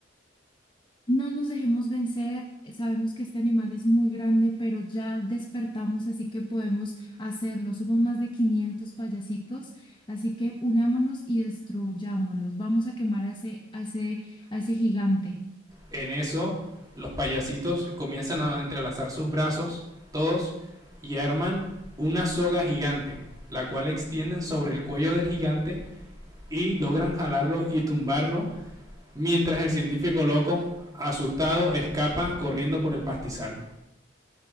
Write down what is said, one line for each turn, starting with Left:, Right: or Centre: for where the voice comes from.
Left: No nos dejemos vencer, eh, sabemos que este animal es muy grande, pero ya despertamos, así que podemos hacerlo. Somos más de 500 payasitos, así que unámonos y destruyámoslos. Vamos a quemar a ese, a ese, a ese gigante.
Right: En eso, los payasitos comienzan a entrelazar sus brazos, todos, y arman una soga gigante, la cual extienden sobre el cuello del gigante y logran jalarlo y tumbarlo, mientras el científico loco, asustado, escapa corriendo por el pastizal.